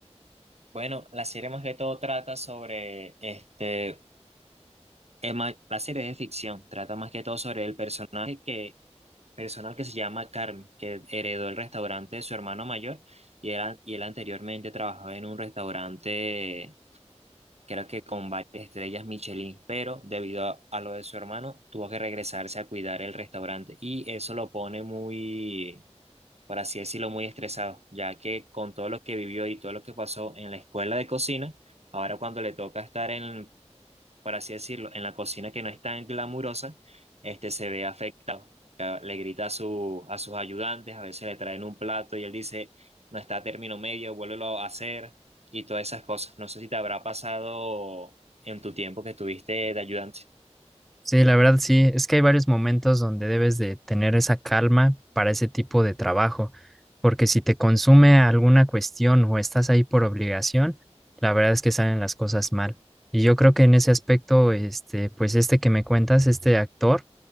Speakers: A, on the right (about 65°); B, in the centre.
A: Bueno, la serie más que todo trata sobre este, es más- la serie es de ficción, trata más que todo sobre el personaje que, personal que se llama Carmen, que heredó el restaurante de su hermano mayor y él, y él anteriormente trabajaba en un restaurante creo que con varias estrellas Michelin, pero debido a, a lo de su hermano, tuvo que regresarse a cuidar el restaurante y eso lo pone muy, por así decirlo, muy estresado, ya que con todo lo que vivió y todo lo que pasó en la escuela de cocina, ahora cuando le toca estar en por así decirlo, en la cocina que no es tan glamurosa, este se ve afectado. Ca- Le grita a, su, a sus ayudantes, a veces le traen un plato y él dice, no está a término medio, vuélvelo a hacer y todas esas cosas. No sé si te habrá pasado en tu tiempo que estuviste de ayudante.
B: Sí, la verdad sí, es que hay varios momentos donde debes de tener esa calma para ese tipo de trabajo, porque si te consume alguna cuestión o estás ahí por obligación, la verdad es que salen las cosas mal. Y yo creo que en ese aspecto, este, pues este que me cuentas, este actor